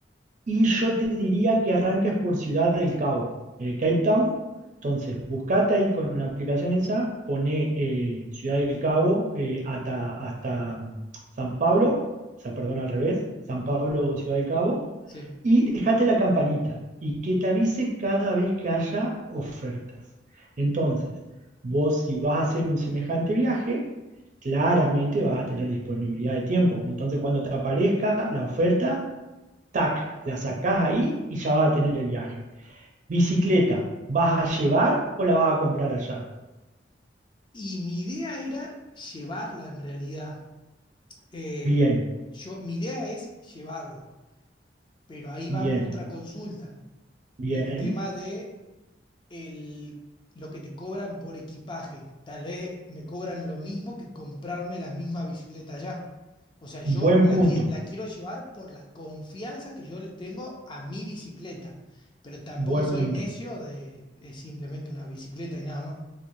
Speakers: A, on the right; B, on the left.
A: y yo te diría que arranques por Ciudad del Cabo, eh, Cape Town. Entonces, buscate ahí con la aplicación esa, pone eh, Ciudad del Cabo eh, hasta, hasta mm, San Pablo, o sea, perdón, al revés, San Pablo, Ciudad del Cabo,
B: sí.
A: y dejate la campanita y que te avise cada vez que haya ofertas. Entonces, vos si vas a hacer un semejante viaje, claramente vas a tener disponibilidad de tiempo. Entonces, cuando te aparezca la oferta, tac, la sacás ahí y ya vas a tener el viaje. Bicicleta, ¿vas a llevar o la vas a comprar allá?
B: Y mi idea era llevarla en realidad. Eh,
A: Bien,
B: yo, mi idea es llevarla, pero ahí
A: bien,
B: va mi otra consulta.
A: bien.
B: El tema de el, lo que te cobran por equipaje. Tal vez me cobran lo mismo que comprarme la misma bicicleta allá. O sea, yo
A: Buen
B: la,
A: punto,
B: qui- la quiero llevar por la confianza que yo le tengo a mi bicicleta, pero tampoco
A: buen
B: soy
A: punto.
B: necio de es simplemente una bicicleta y nada más.